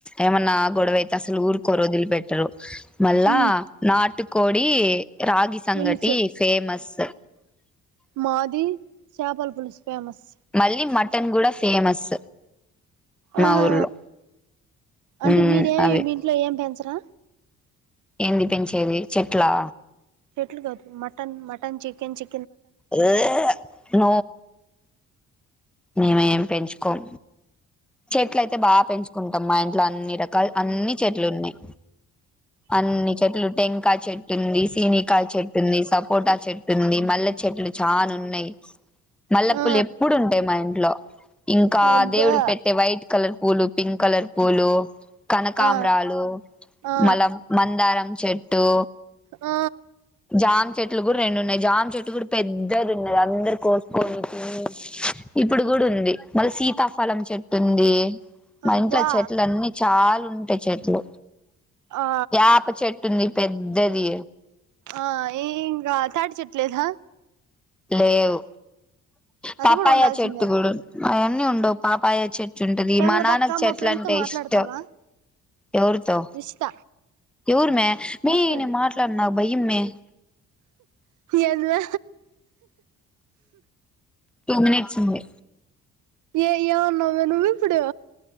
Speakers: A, in the centre; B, on the right.
A: ఏమన్నా గొడవ అయితే అసలు ఊరుకోరు వదిలి పెట్టరు మళ్ళా
B: ఉమ్
A: నాటుకోడి, రాగి సంగటి
B: పులుసు
A: ఫేమస్
B: మాది చేపల పులుసు ఫేమస్
A: మళ్ళీ మటన్ కూడా ఫేమస్
B: ఆహా
A: మా ఊర్లో
B: అంటే
A: ఉమ్
B: మీరేమి
A: అవి
B: మీ ఇంట్లో ఏం పెంచరా
A: ఏంది పెంచేది చెట్లా
B: చెట్లు కాదు మటన్ మటన్ చికెన్ చె
A: త్పు మేమ్ ఏమ్ పెంచుకోం చెట్లు అయితే బా పెంచుకుంటాం మా ఇంట్లో అన్ని రకాలు అన్ని చెట్లే ఉన్నాయి అన్ని చెట్లు టెంకాయ చెట్టు ఉంది, సీనికాయ చెట్టు ఉంది, సపోటా చెట్టు ఉంది మళ్ళ చెట్లు చానా ఉన్నాయి. మల్లెపూలు
B: ఆ
A: ఎప్పుడు ఉంటాయి మా ఇంట్లో ఇంకా
B: అబ్బా
A: దేవుడికి పెట్టే వైట్ కలర్ పూలు, పింక్ కలర్ పూలు కనకామ్రాలు,
B: ఆ ఆ
A: మల్లా మందారం చెట్టు
B: ఆ
A: జామ చెట్లు కూడా రెండు ఉన్నాయి. జామ చెట్టు కూడా పెద్దది ఉన్నది. అందరు కోసుకొని, తిని ఇప్పుడు కూడా ఇప్పుడు ఉంది మల్ల సీతాఫలం చెట్ ఉంటుంది మా
B: అబ్బా
A: ఇంట్లో చెట్లు అన్ని చాలా ఉంటాయి చెట్లు
B: ఆ
A: యాప చెట్టుంది పెద్దది
B: ఆ ఈ ఇంకా తాటి చెట్టు లేదా
A: లేవు
B: అది
A: పాపాయ
B: కూడా ఉండాల్సిందే
A: చెట్టు కూడా అవన్నీ ఉండవు పాపాయ చెట్ ట్ ఉంటది.
B: హేమలత
A: మా నాన్నకు
B: అక్క
A: చెట్లు
B: మా ఫ్రెండ్
A: అంటే
B: తో మాట్లాడతావా
A: ఇష్టం ఎవరితో
B: ఇష్ట
A: ఎవరు మే మే
B: మాట్లాడు
A: నేను మాట్లాడను నాకు భయం మే
B: ఏందీ మే
A: టు మినిట్స్ ఉంది
B: ఏయ్ ఏమ్ అన్నావ్ మే నువ్వు ఇప్పుడు